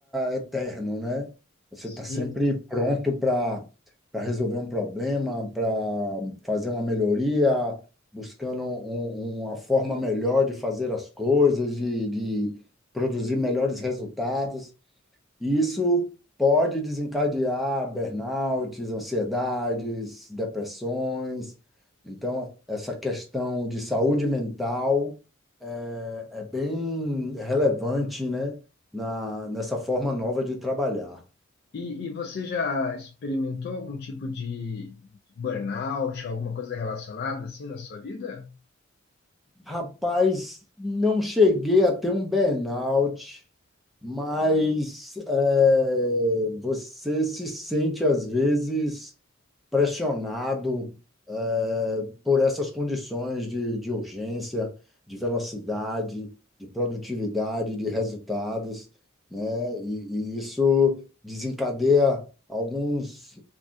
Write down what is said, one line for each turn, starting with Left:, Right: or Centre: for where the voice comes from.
Centre: eterno, né? Você
Left: Sim,
Centre: está sempre pronto para para resolver um problema, para fazer uma melhoria, buscando um- uma forma melhor de fazer as coisas, de, de produzir melhores resultados. E isso pode desencadear burnouts, ansiedades, depressões. Então, essa questão de saúde mental é, é bem relevante, né? Na, nessa forma nova de trabalhar.
Left: E, e você já experimentou algum tipo de burnout, alguma coisa relacionada assim na sua vida?
Centre: Rapaz, não cheguei a ter um burnout, mas é, você se sente às vezes pressionado eh, por essas condições de, de urgência, de velocidade, de produtividade, de resultados, né? E, e isso desencadeia alguns,